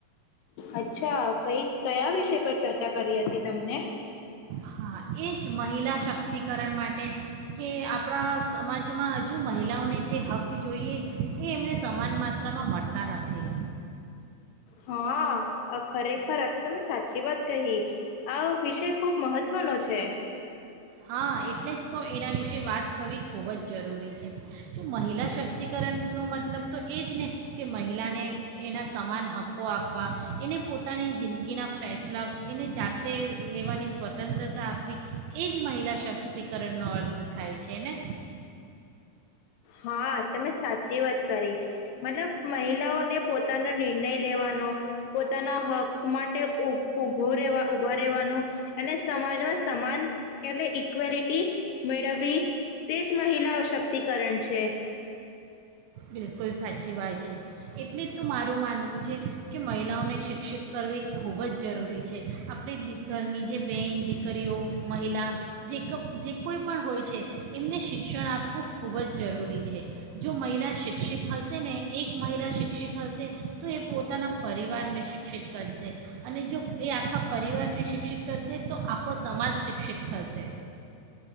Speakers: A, on the left; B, on the right.
A: અચ્છા. કઈ કયા વિષય પર ચર્ચા કરી હતી? તમને?
B: હા એ જ મહિલા શક્તિ. રસ્તિકરણ માટે. કે આપણા સમાજમાં હજુ મહિલાઓને જે હક્ક જોઈએ, એ એમને સમાન માત્રામાં મળતા નથી.
A: હા ખરેખર આ તો તમે સાચી વાત કહી, આ વિષય ખૂબ મહત્ત્વનો છે.
B: હા, એટલે જ તો એના વિશે વાત થવી ખૂબ જ જરૂરી છે જો મહિલા શક્તિકરણનો મતલબ તો એ જ ને કે મહિલાને એના સમાન હક્કો આપવા એને પોતાની જિંદગીના ફેસલા એને જાતે લેવાની સ્વતંત્રતા આપવી એ જ મહિલા શક્તિકરણનો અર્થ થાય છે ને
A: હા તમે સાચી વાત કરી મતલબ મહિલાઓને પોતે પોતાનો નિર્ણય લેવાનો પોતાનો હક માટે એ ઉભો રહેવા ઉભા રહેવાનો અને સમાજ સમાન એટલે ઇક્વેલિટી મેળવી તે જ મહિલા સશક્તિકરણ છે છે
B: બિલકુલ સાચી વાત છે એટલે જ તો મારું માનવું છે કે મહિલાઓને શિક્ષિત કરવી ખૂબ જ જરૂરી છે આપણી ઘરની જે બહેન, દીકરીઓ, મહિલા જે ક જે કોઈ પણ હોય છે એમને શિક્ષણ આપવું ખૂબ જ જરૂરી છે જો મહિલા શિક્ષિત હશે ને એક મહિલા શિક્ષિત હશે તો એ પોતાના પરિવારને શિક્ષિત કરશે અને જો એ આખા પરિવારને શિક્ષિત કરશે તો આખો સમાજ શિક્ષિત થશે